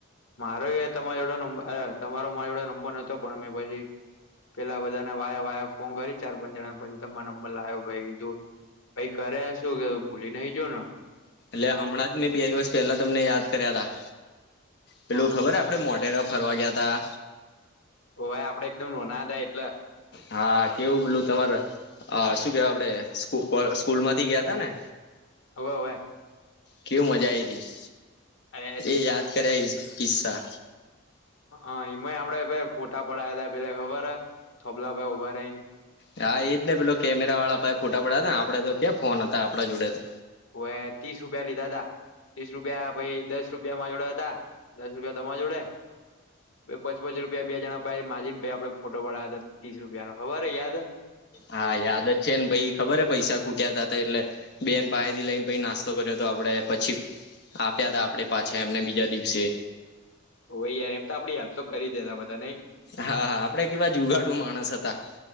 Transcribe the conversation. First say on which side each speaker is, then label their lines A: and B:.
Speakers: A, on the left (about 70°); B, on the left (about 50°).
A: મારો તમારોડો નંબર તમારો મારોડો નંબર નતો પણ મેં પછી પેલા બધા ના વાયા વાયા ફોન કરી ચાર પાંચ જણા પછી તમારા નંબર લાવ્યો ભાઈ કીધું પઈ કર્યા શું કે ભૂલી નઈ જો ન
B: લ્યા હમણાં જ મેં બે દિવસ પેહલા તમને યાદ કર્યા તા. પેલું
A: હા
B: ખબર
A: હા
B: આપડે મોઢેરા ફરવા ગયા તા.
A: ઓવે આપડે એકદમ નોના હતા એટલ
B: હા કેવું પેલું તમારે અ શું કેવાય આપડે સ્કુપર-સ્કૂલ માંથી ગયા તા ને
A: હવે-હવે
B: કેવું મજા આઈતી
A: અરે
B: એ યાદ કર કિસ્સા
A: હઅય એમાંય આપડે પહે ફોટા પડયા તા <unintelligible> થોબલા <unintelligible> ઓભારઇન
B: હા એ જ ને પેલો કેમેરા વાળા પાહે ફોટા પડાયા તાને આપડે તો ક્યાં ફોન હતા આપડા જોડે તો
A: હોવે ત્રીસ રૂપિયા લીધાતા. ત્રીસ રૂપિયા પહી દસ રૂપિયામાં માર જોડે હતા દસ રૂપિયા તમાર જોડે પોચ પોચ રૂપિયા બેજણા પાહે માજિન પહી આપડે ફોટો પડાયો હતો ત્રીસ રૂપિયાનો ખબર હે યાદ હે
B: હા યાદ જ છે ન પઈ ખબર હ પૈસા ખૂટયા તા ત એટલે બેન પાહે થી લઈને પહી નાસ્તો કર્યોતો આપડે પછી આપ્યાતા આપડે પાછા એમને બીજા દિવ છે
A: હોય યાર એમ તો આપડી હેપ તો કરી દેતા બધા નહી
B: હા હા આપડે કેવા જુગાડું માણસ હતા